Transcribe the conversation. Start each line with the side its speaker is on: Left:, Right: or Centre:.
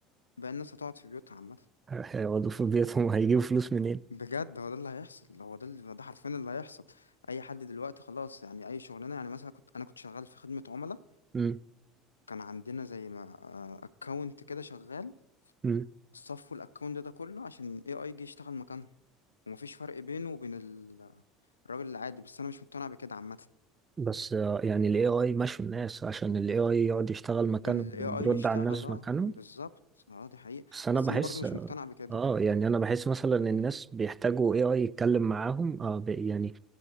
Left: بقى الناس هتقعد في بيوتها عامة
Right: هيقعدوا في بيتهم هيجيبوا فلوس منين
Left: بجد هو ده اللي هيحصل هو ده اللي ده حرفيا اللي هيحصل اي حد دلوقتي خلاص يعني اي شغلانة يعني مثلا كنت انا كنت شغال في خدمة عملاء
Right: مم.
Left: كان عندنا زي ما اكونت كده شغال
Right: مم.
Left: صفوا الاكونت ده, ده كله عشان اي اي جي يشتغل مكانه ومفيش فرق بينه وبين ال- الراجل العادي بس انا مش مقتنع بكده عامة
Right: بس آه، يعني ال AI مشوا الناس عشان ال AI يقعد يشتغل مكانهم
Left: ال AI
Right: ويرد
Left: يشتغل
Right: على الناس
Left: اه
Right: مكانهم
Left: بالظبط اه دي حقيقة
Right: بس أنا
Left: بس
Right: بحس
Left: انا برضو مش مقتنع بكده
Right: آه يعني أنا بحس مثلا الناس بيحتاجوا AI يتكلم معاهم آه بي يعني